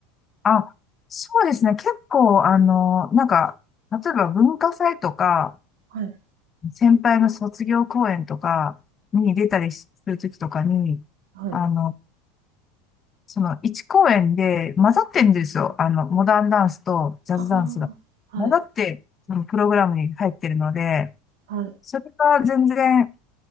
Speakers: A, on the left; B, on the right.
A: あ、そうですね。結構、あの、なんか、例えば文化祭とか、
B: はい、
A: 先輩の卒業公演とかに出たりするときとかに、
B: はい。
A: あの、その1公演で混ざってるんですよ。あの、モダンダンスとジャズダンスが。
B: ああ、はい、
A: 混ざって、そのプログラムに入ってるので、
B: はい。
A: それが全然、